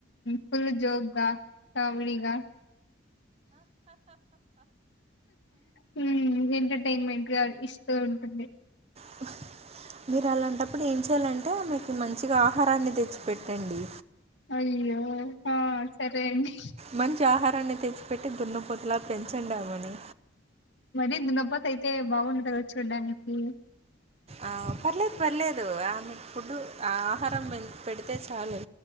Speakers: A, on the left (about 60°); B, on the right (about 35°).
A: ఫుల్ జో కామెడీ గా హ్మ్ ఎంటర్టైన్మెంట్ ఇస్తూ ఉంటుంది
B: <unintelligible> మీరు అలాంటప్పుడు ఏం చెయాలంటే మీకు మంచిగా ఆహారాన్ని తెచ్చి పెట్టండి
A: అయ్యో సరే అండి
B: మంచి ఆహారాన్ని తెచ్చిపెట్టి దున్నపోతులా పెంచండామని
A: మరి దన్నప్పత అయితే బాగుండదు గా దా చూడ్డానికి
B: ఆ పర్లేదు పర్లేదు ఆ మీకు ఫుడ్ ఆ ఆహారం పెడితే చాలు